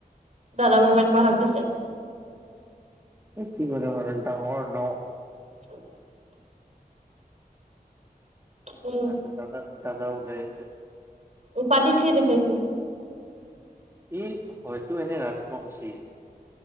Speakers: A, on the right; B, on the right.
A: দাদা বুলি মাতিব হাক দিছে।
B: এই কি কৰিম আৰু ডাঙৰ ন?
A: <unintelligible>
B: এইইটোলাৰবেওদাদা
A: উম
B: দাদাওলাইছে <unintelligible>
A: উপাধি কি লিখে হি?
B: ই হয়তো এনে ৰাজবংশী,